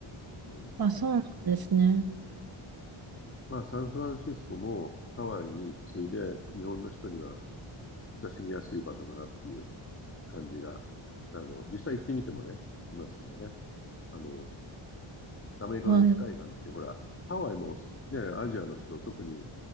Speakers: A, on the left; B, on the right.
A: うん。
B: あ、そうなんですね。
A: まあ、サンフランシスコもハワイに次いで日本の人には親しみやすい場所かなっていう感じが、あの、実際行ってみてもね、しますけどね。あの、アメリカの西海岸ってほら、
B: はい。
A: ハワイもすね、アジアの人、特に